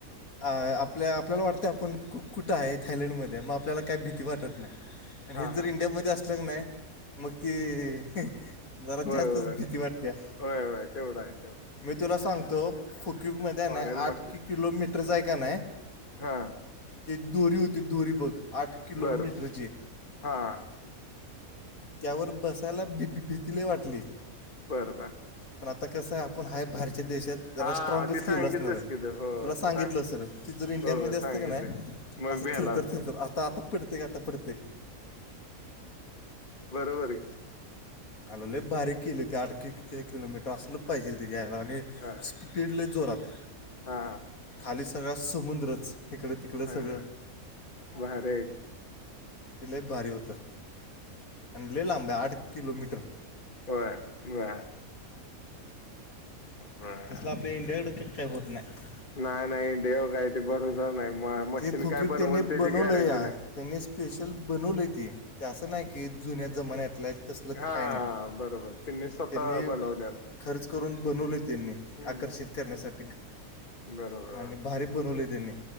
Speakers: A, on the left; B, on the left.
A: आपल्या आपल्याला वाटतंय आपण कु कुठं आहे थायलंड मध्ये मग आपल्याला काय भीती वाटत नाही. आणि
B: हा
A: हे जर
B: हा
A: इंडियामध्ये
B: हा
A: असलं नाही मग ते. जराात
B: होय
A: जास्तच
B: होय
A: भीती वाटते.
B: होय होय तेवढं आहे तेवढ.
A: मी तुला सांगतो खुक्यकमध्ये
B: फॉरेन
A: नाही आठ
B: मच्छी
A: की किलोमीटरच आहे का नाही.
B: हा
A: ते दोरी होती दोरी बघ आठ किलोमीटरची.
B: बरं हा हां.
A: त्यावर बसायला भी भीतीले वाटले
B: बरं बर
A: पण आता कसं आहे आप. पण हाय भहेरच्या देशात जरा
B: हा
A: स्ट्रागच
B: ते सांगितलंस
A: केलं असणार आहे
B: कि तू हो
A: तुला सांगितलं
B: तू
A: असेल. ती जर इंडियामध्ये
B: हो
A: असतं
B: सांगितलंय
A: का नाही
B: मग
A: असं
B: भेलास
A: थरतर थरतर आता आता पडते का आता पडते.
B: बरोबर.
A: आलले बारीक केली ते आठ किलोमीटर असलं पाहिजे तेच्या्यायला आणि.
B: हा
A: स्पीडले जोरात
B: हा
A: थाली सगळ्या समुद्रच इकडे. तिकळ
B: हा
A: सगळ.
B: हा भारी आहे की.
A: तिलाही भारी होतं आणि लिलं आंबा आठ कि. <inaudible> तसलं
B: होय बर बर
A: आपल्या इंडियाकडे काय होट नाही.
B: नाही नाही देव काय ते भरसा नाही म मशीन
A: ते फुकीट
B: काय बनवल
A: त्यांनी
B: त्याची
A: बनवलं
B: गॅरंटी
A: या
B: नाही.
A: त्यांनी स्पेशल बनवलं त ते असं नाही की जुन्या जमान्यातलं. तसलं
B: हा
A: काय नाही
B: बरोबर ती स्वतः
A: त्यांनी
B: बनवलेलं.
A: खर्च करून बनवले त्यांनी
B: हम्म
A: आकर्षित करण्यासाठी.
B: बरोबर
A: आणि भारीक बनवली त्यांनी